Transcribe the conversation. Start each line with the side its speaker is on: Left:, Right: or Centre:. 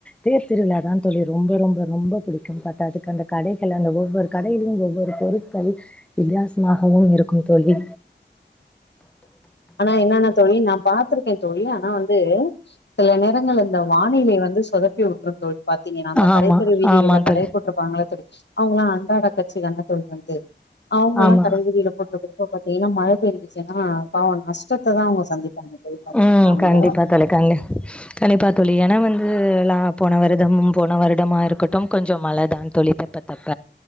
Centre: தேர் திருவிழா தான் தோழி ரொம்ப ரொம்ப ரொம்ப புடிக்கும் பாத்தாதுக்கு அந்த கடைகள் அந்த ஒவ்வொரு கடையிலயும் ஒவ்வொரு பொருட்கள் வித்தியாசமாகவும் இருக்கும் தோழி
Left: ஆனா என்னான்னா தோழி நா பாத்திருக்கே தோழி ஆனா வந்து சில நேர நேரங்கள்ல அந்த வானிலை வந்து சொதப்பிவுட்ரும் தோழி பாத்தீங்கனா அந்த கடைத்தெரு
Centre: ஆமா,
Left: வீதிகள்ல
Centre: ஆமா
Left: கடை
Centre: தோழி.
Left: பொ இருப்பாங்கள்ல தோழி அவுங்கள்லா அன்றாட காட்சி தான தோழி வந்து அவுங்கள்லா
Centre: ஆமா.
Left: கடை வீதில போட்டு <unintelligible> இப்டிலா மழ பெஞ்சின்னா பாவோ நஷ்டத்த தா அவுங்க சந்திப்பாங்க தோழி பாத்தீங்கன்னா
Centre: ம்
Left: வந்து
Centre: கண்டிப்பா தோழி கண்டிப் கண்டிப்பா தோழி ஏன்னா வந்துலா போன வருதம் போன வருடமா இருக்கட்டும் கொஞ்சம் மழ தான் தோழி பாத்தப்ப